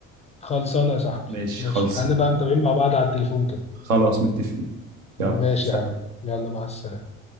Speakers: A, on the left; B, on the right.
A: خلصانة يا صاحبي
B: ماشي
A: ماشي
B: خلص
A: هنبقى متابعين مع بعض على التليفون كده
B: خلاص متفقين يلا
A: ماشي
B: سلام
A: يا حبيبي يلا مع السلامة